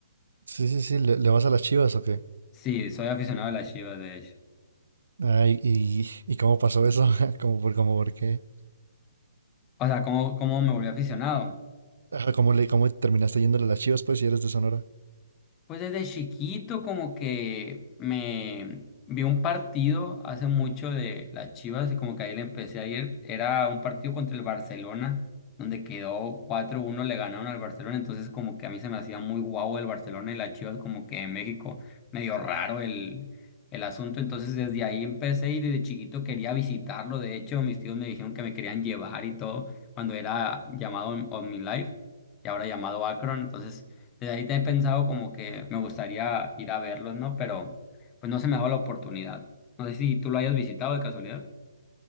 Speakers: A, on the right (about 75°); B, on the left (about 20°).
A: sí, sí, sí, ¿le, le vas a las Chivas o qué?
B: Sí, soy aficionado a las Chivas, de hecho.
A: Ay, y, ¿y cómo pasó eso? <laughs> ¿Cómo por, cómo por qué?
B: O sea, ¿cómo, cómo me volví aficionado?
A: Ajá, ¿Cómo le, cómo terminaste yéndole a las Chivas pues si eres de Sonora?
B: Pues desde chiquito como que me vi un partido hace mucho de las Chivas y como que ahí le empecé a ir. Era un partido contra el Barcelona, donde quedó cuatro uno le ganaron al Barcelona, entonces como que a mí se me hacía muy guau el Barcelona y las Chivas como que en México medio raro el, el asunto. Entonces desde ahí empecé y desde chiquito quería visitarlo. De hecho, mis tíos me dijeron que me querían llevar y todo cuando era llamado On- OmniLife y ahora llamado Akron. Entonces desde ahí te he pensado como que me gustaría ir a verlos, ¿no? Pero pues no se me ha dado la oportunidad. No sé si tú lo hayas visitado de casualidad.